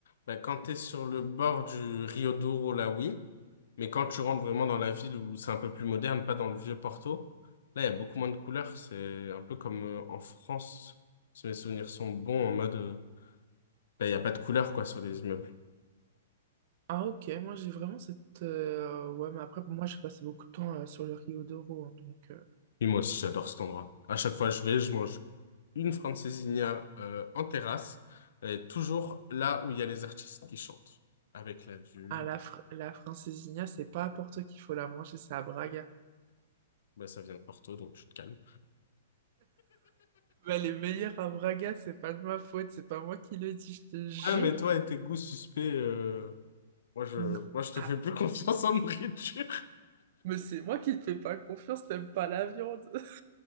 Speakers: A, on the left (about 70°); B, on the right (about 55°).
A: ben, quand t'es sur le bord du Rio Douro, là, oui. Mais quand tu rentres vraiment dans la ville où c'est un peu plus moderne, pas dans le vieux Porto, là, il y a beaucoup moins de couleurs. C'est un peu comme euh, en France, si mes souvenirs sont bons, en mode, euh, ben, il n'y a pas de couleurs, quoi, sur les immeubles.
B: Ah, ok, moi, j'ai vraiment cette. euh, Ouais, mais après, moi, j'ai passé beaucoup de temps euh, sur le Rio d'Oro, hein, donc. euh,
A: Et moi aussi, j'adore cet endroit. À chaque fois que je vais, je mange une francesinha euh, en terrasse, et toujours là où il y a les artistes qui chantent, avec la vue.
B: Ah, la, fr- la francesinha, c'est pas à Porto qu'il faut la manger, c'est à Braga.
A: Bah, ça vient de Porto, donc tu te calmes.
B: Bah, les meilleurs à Braga, c'est pas de ma faute, c'est pas moi qui le dis, je te jure.
A: Ouais, mais toi et tes goûts suspects, euh, moi, je...
B: Non.
A: moi, je te
B: Ah,
A: fais plus <laughs> confiance en nourriture.
B: mais c'est moi qui te fais pas confiance, t'aimes pas la viande. <laughs>